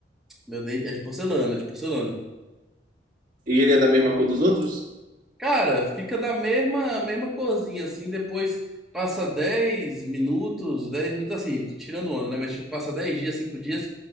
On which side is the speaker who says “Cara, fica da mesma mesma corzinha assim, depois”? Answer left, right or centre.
Centre